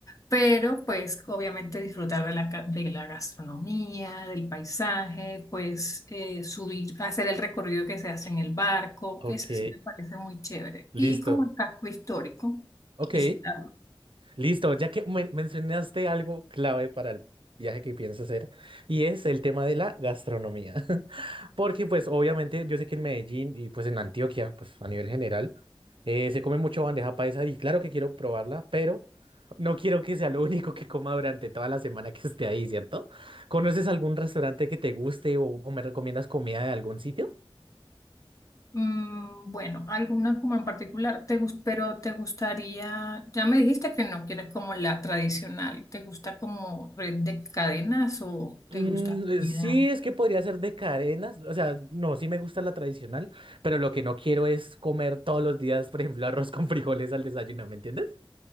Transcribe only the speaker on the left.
Pero pues obviamente disfrutar de la, ca- de la gastronomía, del paisaje, pues eh, subir, hacer el recorrido que se hace en el barco,
eso sí me parece muy chévere.
Y como el casco histórico,
visitarlo.
Mm, bueno, alguna como en particular, te, gus- pero te gustaría, ya me dijiste que no quieres como la tradicional, ¿te gusta como red de cadenas o
te gusta
comida?